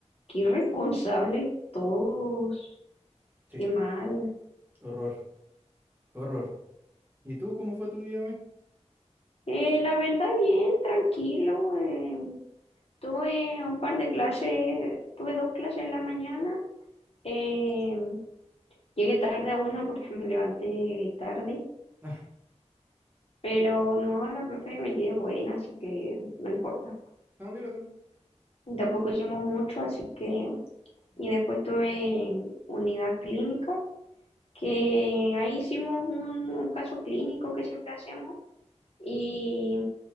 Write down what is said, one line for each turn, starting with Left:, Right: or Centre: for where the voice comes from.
Left: qué irresponsables todos.
Right: Sí,
Left: Qué mal.
Right: horror, horror. ¿Y tú cómo fue tu día hoy?
Left: Eh, la verdad, bien, tranquilo. eh, tuve un par de clases, tuve dos clases en la mañana. eh, llegué tarde a una porque me levanté tarde,
Right: Ah,
Left: pero no, la profe me tiene buena, así que no importa.
Right: no, mira tú.
Left: Tampoco hicimos mucho, así que... Y después tuve unidad clínica, que ahí hicimos un, un caso clínico que siempre hacemos y